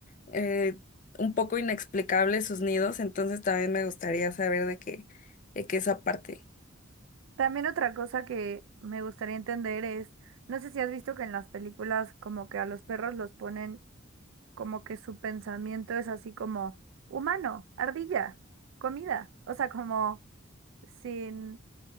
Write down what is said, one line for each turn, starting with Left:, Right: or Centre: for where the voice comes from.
Left: eh, un poco inexplicable sus nidos, entonces también me gustaría saber de qué, de qué esa parte.
Right: También otra cosa que me gustaría entender es, no sé si has visto que en las películas como que a los perros los ponen como que su pensamiento es así como humano, ardilla, comida, o sea, como sin